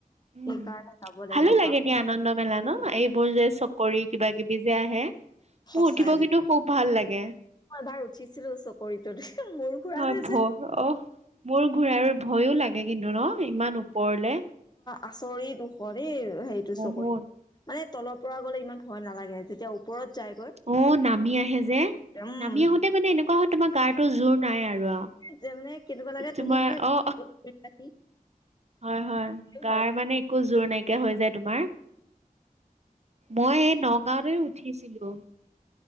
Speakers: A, on the right; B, on the left.
A: উম,
B: সেইকাৰণে যাব লাগিব
A: ভালো লাগে
B: পা
A: দিয়া আনন্দ মেলা ন? এই মোৰ যে চকৰি কিবা-কিবি যে আহে,
B: সঁচাই
A: মোৰ উঠিব কিন্তু খুব ভাল লাগে।
B: মই এবাৰ উঠিছিলো চকৰিটোত, মূৰ ঘূৰা
A: হয়
B: নাই
A: ভ
B: যে।
A: অ মোৰ ঘূৰাৰ ভয়ো লাগে কিন্তু ন? ইমান ওপৰলে।
B: আচৰি দুখৰি হেৰিটো
A: বহুত
B: চকুত, মানে তলৰ পৰা গ'লে ইমান ভয় নালাগে, যেতিয়া ওপৰত যায়গৈ
A: অ' নামি আহে যে,
B: উম
A: নামি আহোতে মানে এনেকুৱা হয় তোমাৰ গাটো জোৰ নাই আৰু আও
B: যে মানে কেনেকুৱা লাগে
A: তোমাৰ
B: তুমি
A: অ হয়, হয়,
B: যে
A: গাৰ
B: ভয়
A: মানে একো জোৰ নাইকিয়া হৈ যায় তোমাৰ। মই নগাঁওতে উঠিছিলোঁ।